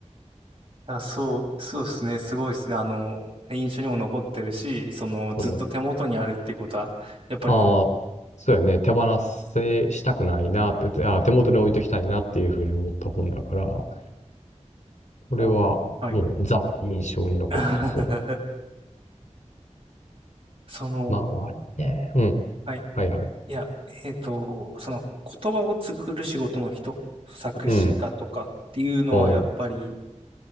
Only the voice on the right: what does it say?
<laughs> あ、そう、そうっすね。すごいっすね。あの、印象にも残ってるし、その、ずっと手元にあるっていうことは、
やっぱり、
もう、はい。<laughs> その、
はい。
いや、えっと、その、言葉を作る仕事の人、作詞家とかっていうのは、
やっぱり、